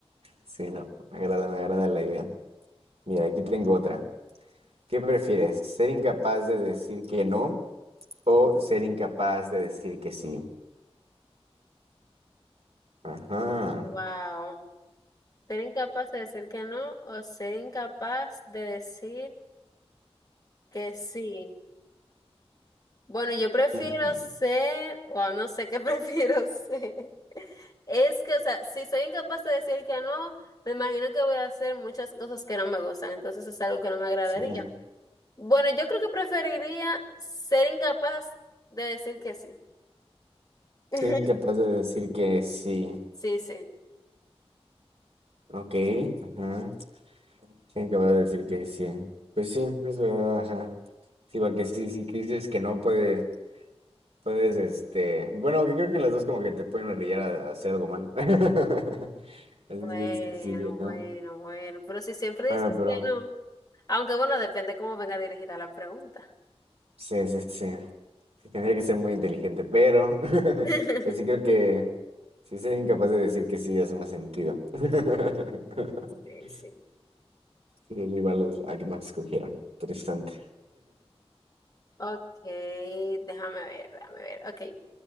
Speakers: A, on the right; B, on the left.
A: Sí, no. Me agrada, me agrada la idea. Mira, aquí tengo otra. ¿Qué prefieres? ¿Ser incapaz de decir que no o ser incapaz de decir que sí? Ajá.
B: Wow. Ser incapaz de decir que no o ser incapaz de decir que sí. Bueno, yo prefiero
A: Ujú,
B: ser, o no sé qué <laughs> prefiero ser. Es que, o sea, si soy incapaz de decir que no, me imagino que voy a hacer muchas cosas que no me gustan, entonces es algo que no me agradaría.
A: Sí.
B: Bueno, yo creo que preferiría ser incapaz de decir que sí. <laughs>
A: Ser incapaz de decir que sí.
B: Sí, sí.
A: Ok. Ajá. Sí, que vas a decir que sí. Pues sí, es verdad, ajá. Sí, porque sí, sí, tú dices que no puede, puedes, este, bueno, que creo que las dos como que te pueden orillar a, a hacer algo mal. <laughs> Así
B: Bueno,
A: dices que sí, que no.
B: bueno, bueno. Pero si siempre
A: Bueno,
B: dices
A: pero
B: que no. Aunque bueno, depende cómo venga dirigida la pregunta.
A: sí, sí, sí. sí, Tendría que ser muy inteligente, pero <laughs>
B: <laughs>
A: pues sí creo que sí sería incapaz de decir que sí hace más sentido. <laughs>
B: Sí, sí.
A: Sí, igual es la que más escogieron. Interesante.
B: Ok, déjame ver, déjame ver. Ok.